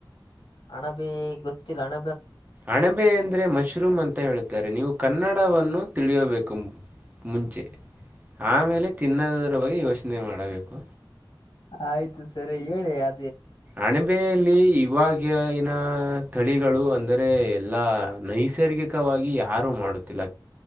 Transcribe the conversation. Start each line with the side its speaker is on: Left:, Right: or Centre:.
Left: ಹಣಂಬೆ ಗೊತ್ತಿಲ್ಲ ಹಣ
Right: ಅಣಬೆ ಎಂದ್ರೆ ಮಶ್ರೂಮ್ ಅಂತ ಹೇಳುತ್ತಾರೆ ನೀವು ಕನ್ನಡವನ್ನು ತಿಳಿಯಬೇಕೆಂಬ ಮುಂಚೆ ಆಮೇಲೆ ತಿನ್ನೋದರ ಬಗ್ಗೆ ಯೋಚನೆ ಮಾಡಬೇಕು
Left: ಆಯ್ತು ಸರಿ ಹೇಳಿ ಅ
Right: ಅಣಬೆಯಲ್ಲಿ ಇವಾಗ ಇನ ಸ್ಥಳಿಗಳು ಅಂದರೆ ಎಲ್ಲಾ ನೈಸರ್ಗಿಕವಾಗಿ ಯಾರು ಮಾಡುತ್ತಿಲ್ಲ